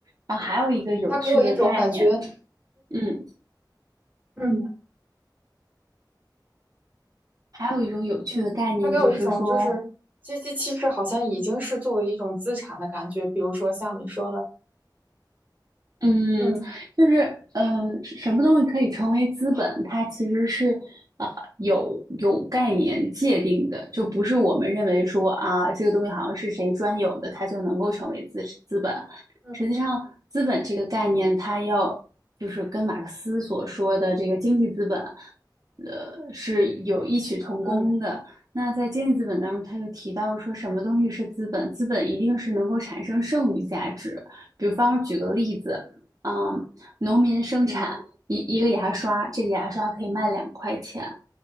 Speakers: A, on the right; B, on the right.
A: 然后还有一个有趣的概念，
B: 他给我一种感觉，
A: 嗯，
B: 嗯。
A: 还有一种有趣的概念就是说，
B: 嗯，他给我一种就是阶级气势，好像已经是作为一种资产的感觉。比如说像你说的，
A: 嗯，
B: 嗯
A: 就是嗯，什么东西可以成为资本？它其实是啊、呃有有概念界定的，就不是我们认为说啊，这个东西好像是谁专有的，它就能够成为资资本。
B: 嗯
A: 实际上，资本这个概念，它要就是跟马克思所说的这个经济资本，呃，是有异曲同工的。
B: 嗯
A: 那在经济资本当中，他就提到说什么东西是资本？资本一定是能够产生剩余价值。比方说举个例子。嗯，农民生产一一个牙刷，
B: 嗯，
A: 这个牙刷可以卖两块钱。